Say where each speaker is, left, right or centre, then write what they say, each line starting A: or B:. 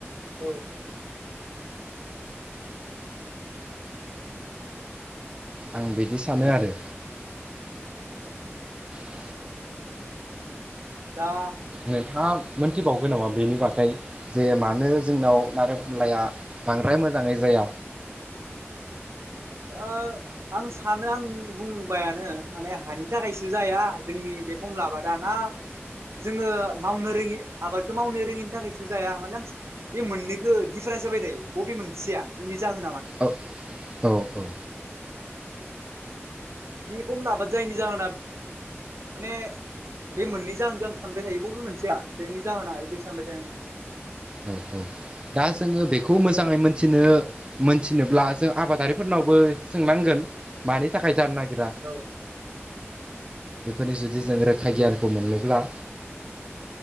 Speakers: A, on the right; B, on the right.
A: औ।
B: आं बिदि सानो आरो ।
A: दा
B: नोंथाङा मोनथिबावगोन नामा बेनि बागै। जे मानो जोंनाव नारें खमलाया बांद्राय मोजांङै जाया।
A: ओ आं सानो आं बुंबायानो माने हानि थाखायसो जाया जोंनि बे। खमला आबादा ना। जोङो मावनो रोङि आबादखौ मावनो रोङिनि थाखायसो जाया मानोना। बे मोननैखो दिडिफारेन्स जाबाय थायो बबे मोनसेया बेनि जाहोना मा
B: ओ औ औ।
A: बे खमला आबाद जायैनि जाहोना माने। बे मोननै जाहोन आं सानबाय थायो बबो मोनसेया बेनि जाहोना बिदि सानबाय थायो।
B: औ औ दा जोङो बेखौ मोजाङै मोनथिनो। मोनथिनोब्ला जों आबादारिफोरनावबो सोंनांगोन मानि थाखाय जानो नागिरा।
A: औ।
B: बेफोरनि जुदि जों रोखा गियानखौ मोनोब्ला।